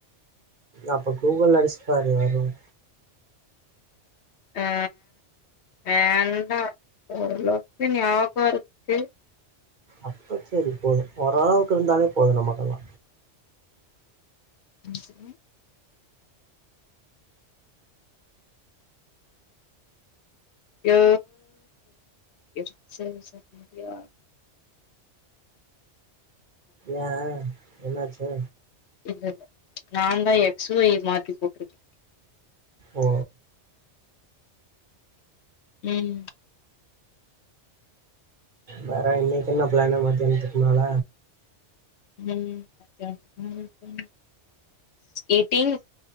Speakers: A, on the right; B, on the left.
A: அப்ப கூகுள்ல அடிச்சு பாரு வரும்
B: ஆ வேண்டா ஓரளவுக்கு ஞாப இருக்கு
A: அப்ப செரி போதும் ஓரளவுக்கு இருந்தாலே போதும் நமக்கெல்லா
B: <inaudible> யோ ஃப் <unintelligible> செஞ்சிட்டியா
A: ஏன் என்னாச்சு
B: இல்லல்ல நாந்தா எக்ஸ் வொய் மாத்தி போட்டிருக்கே
A: ஓ
B: ம்
A: வேற இன்னைக்கு என்ன ப்ளானு மதியானத்துக்கு மேல
B: ம் மதியானத்துக்கு மேல <unintelligible> ஈட்டிங்